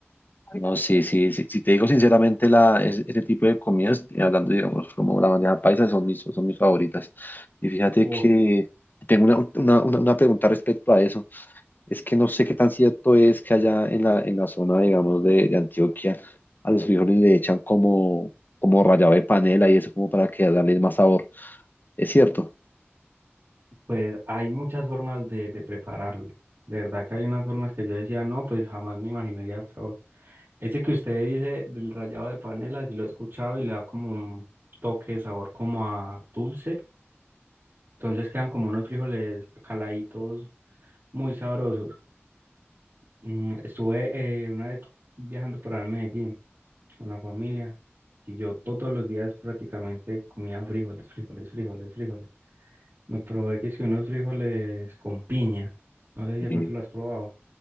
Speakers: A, on the left; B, on the right.
A: No, sí, sí, sí, si te digo sinceramente, la, es- ese tipo de comidas, eh, hablando, digamos, como la bandeja paisa, son mis, son mis favoritas. Y fíjate
B: uf,
A: que tengo una, una, una una pregunta respecto a eso. Es que no sé qué tan cierto es que allá en la, en la zona, digamos, de, de Antioquia, a los frijoles le echan como, como rallado de panela y eso como para que darle más sabor. ¿Es cierto?
B: Pues hay muchas formas de, de prepararlo. De verdad que hay unas formas que yo decía, no, pues jamás me imaginaría el sabor. Ese que usted dice del rallado de panela, si lo he escuchado y le da como un toque de sabor como a dulce. Entonces quedan como unos frijoles caladitos muy sabrosos. Mm, estuve eh, una vez viajando por ahí en Medellín con la familia y yo todos los días prácticamente comía frijoles, frijoles, frijoles, frijoles. Me probé que si unos frijoles con piña. No sé si
A: Eh,
B: de pronto lo has probado.